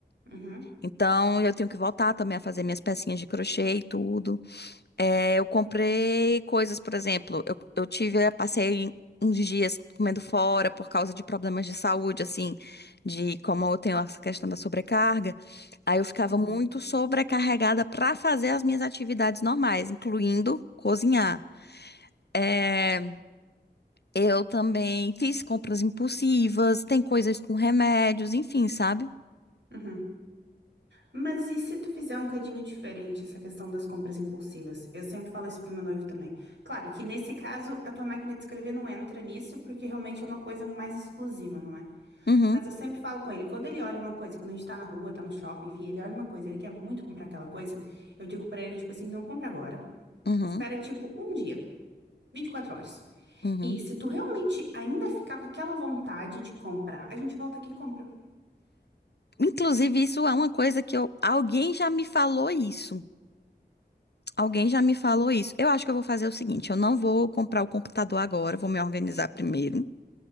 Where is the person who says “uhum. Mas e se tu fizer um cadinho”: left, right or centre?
Right